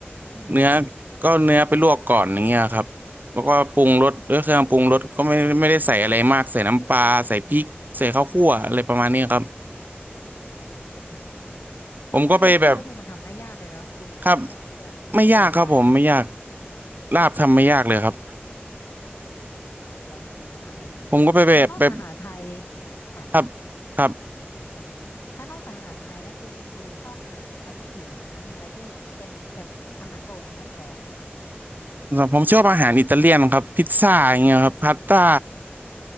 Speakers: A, on the right; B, on the left.
A: เนื้อก็เนื้อไปลวกก่อนอย่างเงี้ยครับแล้วก็ปรุงรสด้วยเครื่องปรุงรสก็ไม่ไม่ได้ใส่อะไรมากใส่น้ำปลาใส่พริกใส่ข้าวคั่วอะไรประมาณนี้ครับ
B: ๆอืมฟังคุณยูพูดแล้วดูมันทำไม่ยากเลยเนอะดูมันทำไม่ยากเนอะเวลาคุณยูพูดอธิบาย
A: ผมก็ไปแบบครับไม่ยากครับผมไม่ยากลาบทำไม่ยากเลยครับ
B: อยากลองกินมากเลยอะค่ะแล้วนอกจากอาหารไทย
A: ผมก็ไปแบบไป
B: ค่ะ
A: ครับครับ
B: ถ้านอกจากอาหารไทยแล้วคือคุณยูชอบอาหารประเทศอื่นบ้างไหมคะมีอะไรที่เป็นแบบอาหารโปรดอันดับสองไหมคะ
A: ผมชอบอาหารอิตาเลียนครับพิซซ่าอย่างเงี้ยครับพาสต้า